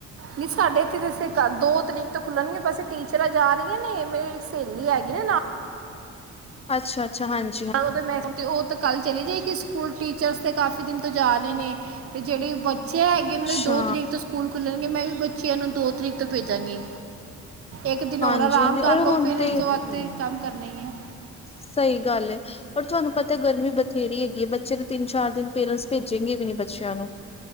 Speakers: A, on the right; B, on the left.
A: ਨਹੀਂ ਸਾਡੇ ਇੱਥੇ ਤਾਂ ਦੋ ਤਰੀਕ ਤੋਂ ਖੁੱਲਣਗੇ, ਬਸ ਟੀਚਰਾਂ ਜਾ ਰਹੀਆਂ ਨੇ ਮੇਰੀ ਸਹੇਲੀ ਹੈਗੀ ਨਾ ਨਾਲ
B: ਅੱਛਾ -ਅੱਛਾ। ਹਾਂਜੀ
A: ਪਰ ਉਹਦੇ ਮੈਂ ਅਤੇ ਉਹ ਤਾਂ ਕੱਲ੍ਹ ਚਲੀ ਜਾਏਗੀ ਸਕੂਲ ਟੀਚਰਸ ਤਾਂ ਕਾਫੀ ਦਿਨ ਤੋਂ ਜਾ ਰਹੇ ਨੇ ਅਤੇ ਜਿਹੜੀ ਬ ਬੱਚੇ ਹੈਗੇ
B: ਅੱਛਾ
A: ਉਹ ਦੇ ਦੋ ਤਰੀਕ ਤੋਂ ਸਕੂਲ ਖੁੱਲਣਗੇ, ਮੈਂ ਵੀ ਬੱਚਿਆਂ ਨੂੰ ਦੋ ਤਰੀਕ ਤੋਂ ਭੇਜਾਂਗੀ। ਇੱਕ ਦਿਨ
B: ਹਾਂਜੀ-ਹਾਂਜੀ
A: ਹੋਰ ਆਰਾਮ ਕਰ
B: ਔਰ
A: ਲੋ
B: ਹੁਣ
A: ਫਿਰ
B: ਤੇ
A: ਉਸ ਤੋਂ ਬਾਦ ਕੰਮ ਕਰਨਾ ਹੀ ਹੈ।
B: ਸਹੀ ਗੱਲ ਏ। ਪਰ ਤੁਹਾਨੂੰ ਪਤਾ, ਗਰਮੀ ਬਥੇਰੀ ਹੈਗੀ ਹੈ ਬੱਚੇ ਨੂੰ ਤਿੰਨ ਚਾਰ ਦਿਨ ਪੇਰੈਂਟਸ ਭੇਜੇਗੇ ਵੀ ਨੀ ਬੱਚਿਆਂ ਨੂੰ।